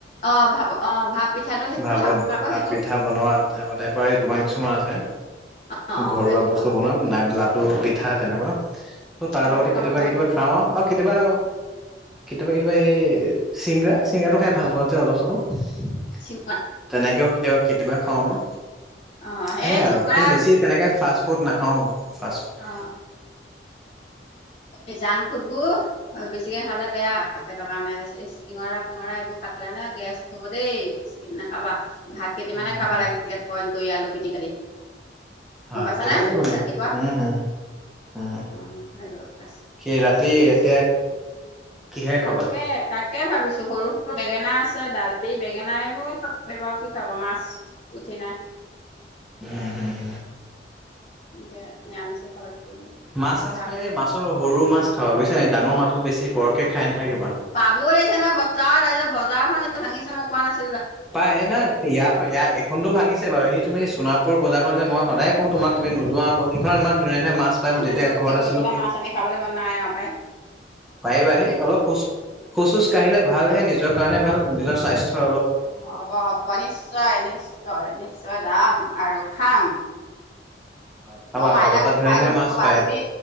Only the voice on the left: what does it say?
অ ভাপ অ ভাপ পিঠাটো সেইটো
খাবা আকৌ
সেইটো
অ অ
সেইবোৰ
খাবা
সেইবোৰ
খাব
পাৰিবা
শি
অ সেই
চিঙৰা
অ এই জাং ফুডবোৰ বেছিকে খালে বেয়া পেটৰ কাৰণে। চিঙৰা পিঙৰা এইবোৰ খালে মানে গেছ হ'ব দেই বেছি নাখাবা। ভাত কেইটামানে
খাবা লাগিলে বইল কৰি আলু পিটিকা দি।
গম পাইছানে
ৰাতিপুৱা
অ সেইটো কথা আছে
যিবোৰ
তাকে
তাকে ভাবিছো। সৰু সৰু বেঙেনা আছে, দালি বেঙেনা এইবোৰে খাব লাগিব আও কি খাবা মাছ পুঠি নাই।
এনেকে নিৰামিষে খাব লাগিব নেকি
ভাবিছো
পাবও লাগিছে নহয় বজাৰত আ বজাৰখন ভাঙিছে মই কোৱা নাছিল।
ইমান
দূৰলৈ
গৈ
পেলাই মাছ আনি খাবলৈ মন নাই আৰু পাই।
হ'ব হ'ব নিশ্চয় নিশ্চয় নিশ্চয় যাম আৰু খাম।
মই মাইনাক
উঠাই
দিওঁ
ৰবা
তুমি